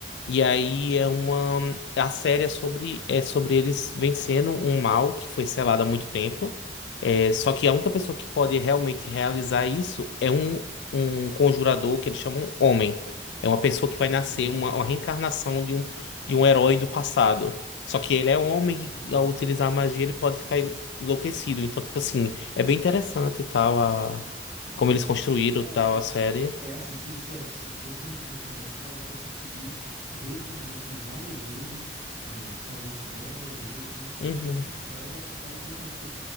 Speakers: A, on the left; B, on the right.
A: E aí é uma a série é sobre é sobre eles vencendo um mal que foi selado há muito tempo. É, só que a única pessoa que pode realmente realizar isso é um, um conjurador que eles chamam homem. É uma pessoa que vai nascer,
B: Hum,
A: uma, uma reencarnação de um, de um herói do passado. Só que ele é um homem
B: entendi.
A: e ao utilizar a magia ele pode ficar enlouquecido. Então, tipo assim, é bem interessante e tal, a, como eles construíram
B: Não, é,
A: tal
B: é,
A: a série.
B: é assim, se, se, se você me contando assim, eu acho que eu consegui, veio na mente várias vezes, é, talvez séries ou filme que
A: Uhum,
B: tivesse uma história parecida com essa, porque